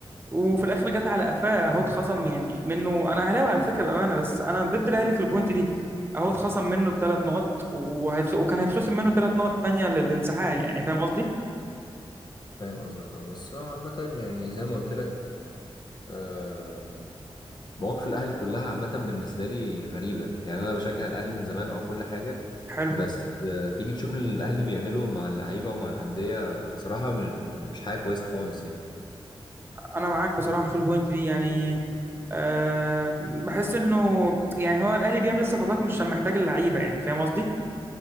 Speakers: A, on the right (about 25°); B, on the left (about 50°).
A: وفي الآخر جت على قفاه أهو اتخصم يعني منه أنا أهلاوي على فكرة بأمانة بس أنا ضد الأهلي في البوينت دي أهو اتخصم منه الثلاث نقط وهيتخ... وكان هيتخصم منه ثلاث نقط تانية للانسحاب يعني فاهم قصدي؟
B: فاهم قصدك اه بس آه، عامه يعني زي ما قلت لك آه، مواقف الاهلي كلها عامه بالنسبه لي غريبه يعني انا بشجع الاهلي من زمان او كل حاجه
A: حلو
B: بس آه، تيجي تشوف اللي الاهلي بيعمله مع اللعيبه ومع الانديه بصراحه م- م- مش حاجه كويسه خالص يعني
A: انا معاك بصراحه في البوينت دي يعني آم، بحس انه يعني هو الاهلي بيعمل الصفقات مش عشان محتاج اللعيبه يعني فاهم قصدي